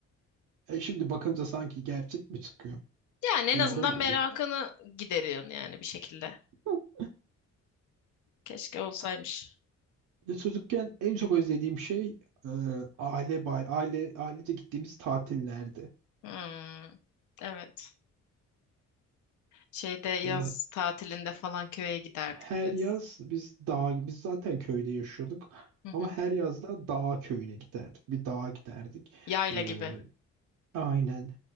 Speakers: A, on the right; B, on the left.
A: E şimdi bakınca sanki gerçek mi çıkıyor?
B: yani en
A: Doğru
B: azından
A: mu
B: merakını
A: oluyor?
B: gideriyorsun yani bir şekilde.
A: <laughs>
B: Keşke olsaymış.
A: Bir de çocukken en çok özlediğim şey e, aile bay aile ailece gittiğimiz tatillerdi.
B: Hmm, evet. Şeyde yaz
A: E,
B: tatilinde falan köye giderdik
A: her
B: biz.
A: yaz biz dağ biz zaten köyde yaşıyorduk
B: Hı
A: ama
B: hı.
A: her yaz da dağ köyüne giderdik. Bir dağa giderdik.
B: Yayla
A: Ee,
B: gibi.
A: aynen